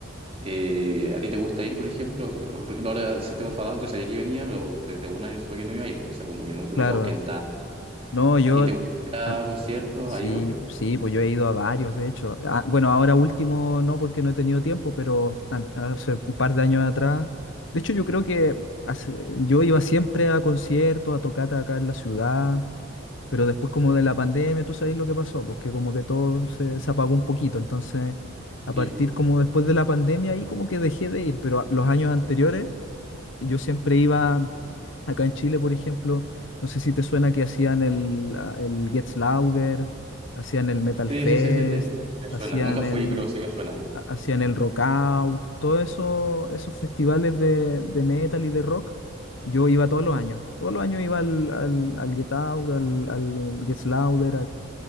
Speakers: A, on the right; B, on the left.
A: Eh, ¿a ti te gusta ir, por ejemplo? Por, por ejemplo, ahora System of a Down, yo sabía que venía, pero desde una yo supe que no iba a ir. O sea, como que nunca,
B: claro.
A: nunca busqué entrar.
B: No, yo...
A: ¿A ti te gusta ir a
B: a-
A: conciertos?
B: Sí,
A: ¿A yo?
B: pu- sí, pues yo he ido a varios, de hecho. Ah, bueno, ahora último no, porque no he tenido tiempo, pero an- hace un par de años atrás. De hecho, yo creo que hace- yo iba siempre a conciertos, a tocatas acá en la ciudad, pero después como de la pandemia, tú sabes lo que pasó, porque como que todo se, se apagó un poquito. Entonces, a partir
A: Sí, po.
B: como después de la pandemia, ahí como que dejé de ir, pero a- los años anteriores yo siempre iba acá en Chile, por ejemplo, no sé si te suena que hacían el, ah, el Gets Louder, hacían el Metal
A: sí,
B: Fest,
A: sí, sí, sí. sí. Me suena.
B: hacían
A: Nunca
B: el,
A: fui, pero sí me suena.
B: ha- hacían el Rock Out, todos eso, esos festivales de, de metal y de rock. Yo iba todos los años, todos los años iba al, al, al Get Out, al, al Gets Louder,